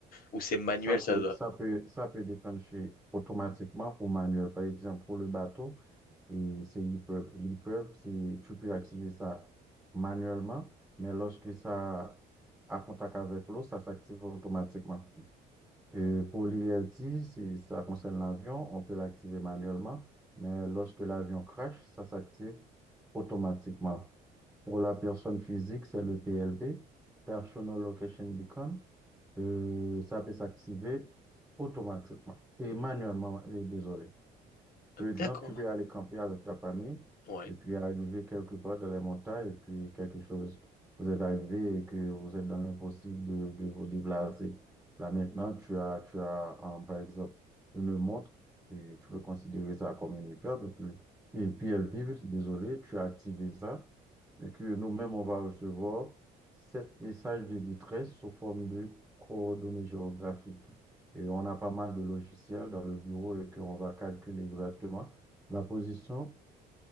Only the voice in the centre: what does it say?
Ça peut,
ça peut, ça peut déclencher automatiquement ou manuel. Par exemple, pour le bateau, et c'est l'EPUB. L'EPUB, c'est, tu peux activer ça manuellement, mais lorsque ça a contact avec l'eau, ça s'active automatiquement. Et pour l'ILT, si ça concerne l'avion, on peut l'activer manuellement, mais lorsque l'avion crash, ça s'active automatiquement. Pour la personne physique, c'est le PLB, Personal Location Beacon. Euh, ça peut s'activer automatiquement et manuellement, euh, désolé. Par
exemple, tu peux aller camper avec ta famille
et puis arriver quelque part dans les montagnes et puis quelque chose, vous êtes arrivé et que vous êtes dans l'impossible de, de vous déplacer. Là maintenant, tu as, tu as euh, par exemple une montre et tu peux considérer ça comme une épreuve et puis, et puis elle vibre, désolé, tu as activé ça et que nous-mêmes, on va recevoir sept messages de détresse sous forme de coordonnées géographiques et on a pas mal de logiciels dans le bureau et qu'on va calculer exactement la position